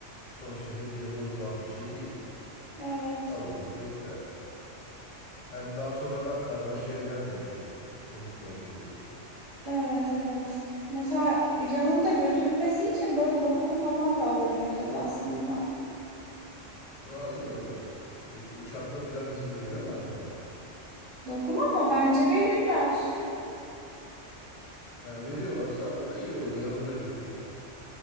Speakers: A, on the left; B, on the right.
A: sonuçta hediye bozulan bir şey değil.
B: evet.
A: Alırız bekler. Hem daha sonradan karmaşaya gelmemiş olur. Unutmamış oluruz.
B: Evet evet. Mesela yanında götürmesi için böyle lokum falan da alabiliriz aslında.
A: Aa, iyi olur. Peki uçakta filan izin veriyorlar mı ona?
B: Lokum ama bence verirler.
A: Yani veriyorlarsa o da iyi olur. Yanında götürür.